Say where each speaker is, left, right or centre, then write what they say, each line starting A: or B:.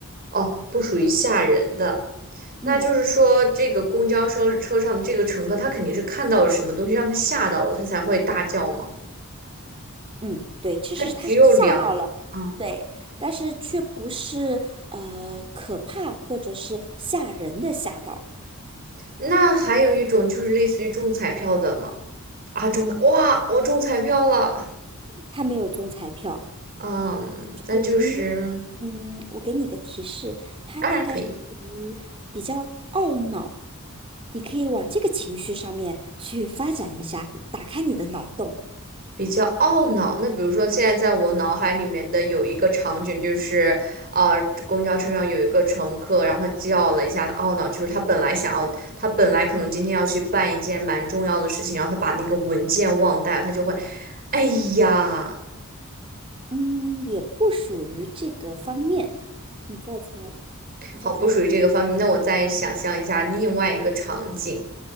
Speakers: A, on the right; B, on the right.
A: 哦，不属于吓人的。
B: 嗯
A: 那就是说，这个公交车车上这个乘客，他肯定是看到了什么东西，让他吓到了，他才会大叫嘛。
B: 嗯，对，其实他是吓到了，
A: 他只有两，嗯，
B: 对，但是却不是呃可怕或者是吓人的吓到，
A: 那还有一种就是类似于中彩票的嘛，啊，中彩，
B: 嗯，
A: 哇，我中彩票了，
B: 他没有中彩票。
A: 嗯，
B: 属于，
A: 那就是
B: 嗯，我给你一个提示，他大概是属于比较懊恼，
A: 当然可以。
B: 你可以往这个情绪上面去发展一下，打开你的脑洞。
A: 比较懊恼，那比如说现在在我脑海里面的有一个场景，就是呃，公交车上有一个乘客，然后他叫了一下，他懊恼，就是他本来想要，他本来可能今天要去办一件蛮重要的事情，然后他把那个文件忘带了他就会，哎呀，
B: 嗯，也不属于这个方面，你再猜，你再猜猜，
A: 好不属于这个方面。那我再想象一下另外一个场景，